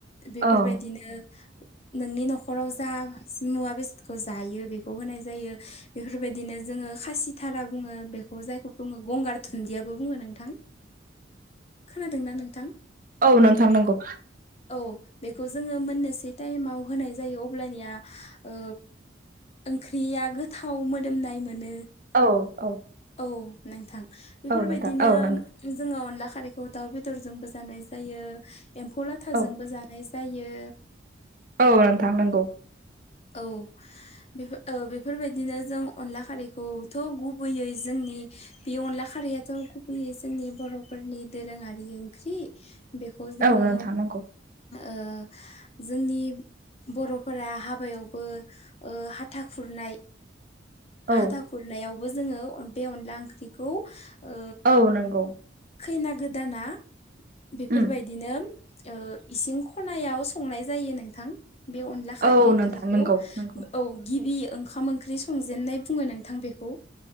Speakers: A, on the left; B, on the right.
A: बेफोरबायदिनो
B: औ ओ
A: नोंनि न'खर नखराव जा मुवा बेसादखौ जायो बेखौ होनाय जायो बेफोरबायदिनो जोङो खासिथारा बुङो बेखौ जायखौ बुङो गंगार थुुनन्दियाबो बुङो नोंथां खोनादोंना नोंथां
B: औ नोंथां नंगौ
A: औ बेखौ जोङो मोननैसो टाइमाव होनाय जायो अब्लानिया ओ ओंख्रिया गोथाव मोदोमनाय मोनो
B: औ औ
A: औ नोंथां बेफोरबायदिनो
B: औ नोंथां औ नंगौ
A: जोङो अनला खारैखौ दाउ बेदरजोंबो जानाय जायो एम्फौ लाथाजोंबो
B: औ
A: जानाय नाय जायो
B: औ नोंथां नंगौ
A: औ बेओ बेफोरबायदिनो जों अनला खारैखौथ' गुबैयै जोंनि बे अनला खारैयाथ' गुबैयै जोंनि बर'फोरनि दोरोङारि ओंख्रि। बेखौ जोङो
B: औ नोंथां नंगौ
A: ओ जोंनि बर'फोरा हाब बायावबो ओ हाथा खुरनाय
B: औ
A: हाथा खुर खुरनायावबो जोङो बे अनला ओंख्रिखौ ओ
B: औ नंगौ
A: खैना गोदाना बेफोरबायदिनो
B: उम
A: ओ इसिं खनायाव संनाय जायो नोंथां बे अनला खारै
B: औ
A: ओंख्रिखौ
B: नोंथां नंगौ
A: औ
B: नंगौ
A: गिबि ओंखाम ओंख्रि संजेन्नाय बुङो नोंथां बेखौ